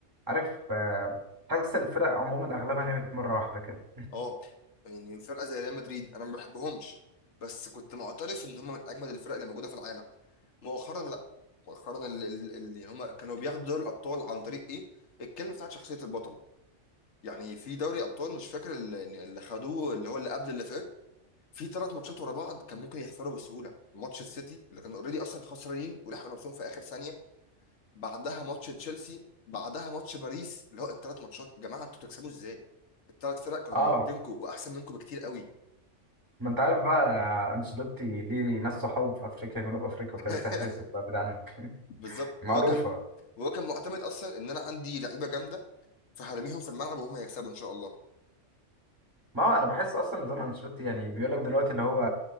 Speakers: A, on the right (about 15°); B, on the left (about 65°).
A: عارف آه، تحس الفرق عموما اغلبها نامت مره واحده كده
B: اه يعني فرقه زي ريال مدريد انا ما بحبهمش بس كنت معترف ان هم من اجمد الفرق اللي موجوده في العالم مؤخرا لا مؤخرا ال- ال- اللي هم كانوا بياخدوا دوري الابطال عن طريق ايه الكلمه بتاعت شخصيه البطل يعني في دوري ابطال مش فاكر اللي اللي خدوه اللي هو اللي قبل اللي فات في ثلاث ماتشات ورا بعض كان ممكن يخسروا بسهوله ماتش السيتي اللي كانوا اوريدي اصلا خسرانين ولحقوا نفسهم في اخر ثانيه بعدها ماتش تشيلسي بعدها ماتش باريس اللي هو الثلاث ماتشات يا جماعه انتوا تكسبوا ازاي الثلاث فرق كانوا
A: اه
B: موتينكوا واحسن منكم بكتير قوي
A: ما انت عارف بقى انشيلوتي ليه ناس صحابه في افريقيا جنوب افريقيا
B: <laughs>
A: وكده سحر وبقى بعيد عنك
B: بالظبط
A: <laughs> معروفه
B: وهو كان وهو كان معتمد اصلا ان انا عندي لعيبه جامده فهرميهم في الملعب وهم يكسبوا ان شاء الله
A: ما هو انا بحس اصلا نظام انشيلوتي يعني بيقول لك دلوقتي اللي هو